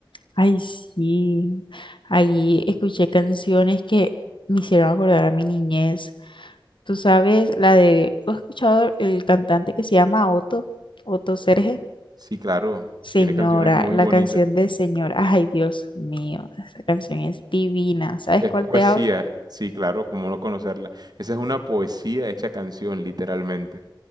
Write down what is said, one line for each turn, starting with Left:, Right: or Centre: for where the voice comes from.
Left: Ay, sí. Ahí escuché canciones que me hicieron acordar a mi niñez. Tú sabes, la de, ¿tú has escuchado el cantante que se llama Otto? Otto Serge.
Right: Sí, claro,
Left: Señora,
Right: tiene canciones muy
Left: la
Right: bonitas.
Left: canción de Señora. Ay, Dios mío, esa canción es divina. ¿Sabes
Right: Es
Left: cuál
Right: poesía,
Left: te hablo?
Right: sí, claro, cómo no conocerla. Esa es una poesía hecha canción, literalmente.